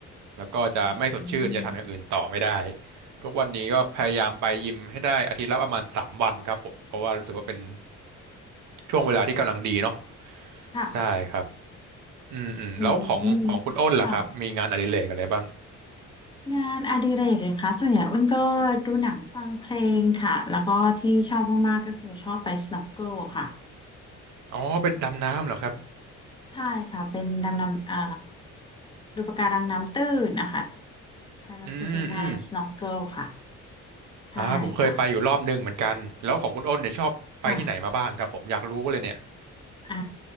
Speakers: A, on the right (about 75°); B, on the left (about 15°).
A: แล้วก็จะไม่สดชื่นจะทำอย่างอื่นต่อไม่ได้
B: อืม
A: ทุกวันนี้ก็พยายามไปยิมให้ได้อาทิตย์ละประมาณสามวันครับผมเพราะว่ารู้สึกว่าเป็นช่วงเวลาที่กำลังดีเนาะ
B: ค่ะ
A: ใช่ครับอืมอืมแล้วของของคุณอ้นล่ะครับมีงานอดิเรกอะไรบ้าง
B: อืมค่ะงานอดิเรกเลยคะส่วนใหญ่อ้นก็ดูหนังฟังเพลงค่ะแล้วก็ที่ชอบมากๆก็คือชอบไป snorkel ค่ะ
A: อ๋อเป็นดำน้ำเหรอครับ
B: ใช่ค่ะเป็นดำน้ำเอ่อดูปะการังน้ำตื้นนะคะถ้าจะพูดง่ายๆ
A: อืมอืม
B: snorkel ค่ะใช่ค่ะ
A: อ่าผมเคยไปอยู่รอบหนึ่งเหมือนกันแล้วของคุณอ้นเนี่ยชอบไปที่ไหนมาบ้างครับผมอยากรู้เลยเนี่ย
B: ค่ะ อ่า